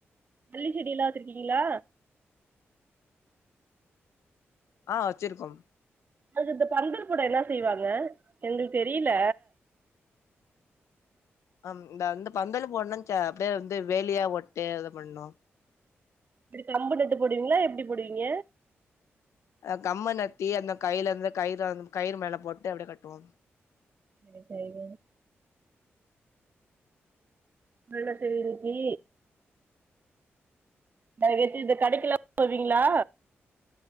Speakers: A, on the right; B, on the left.
A: மல்லி செடிலா வெச்சிருக்கீங்களா
B: ஆ வச்சிருக்கோம்
A: அதுக்கு இந்த பந்தல் பேட என்ன செய்வாங்க எங்களுக்கு தெரியல
B: ஆம் இந்த வந்து பந்தல போட்ணு சே அப்டியே வந்து வேலியா போட்டு இத பண்ணோ
A: இப்டி கம்பு நட்டு போடுவீங்ளா எப்டி போடுவீங்க
B: அ கம்ப நத்தி அந்த கைலருந்து கயிற வந்து கயிறு மேல போட்டு அப்டியே கட்டுவோம்
A: சேரி சேரிங்க வெள்ல சேரி இன்னக்கி நாளக் கழிச்சு இந்த கடைக்குலா போவீங்ளா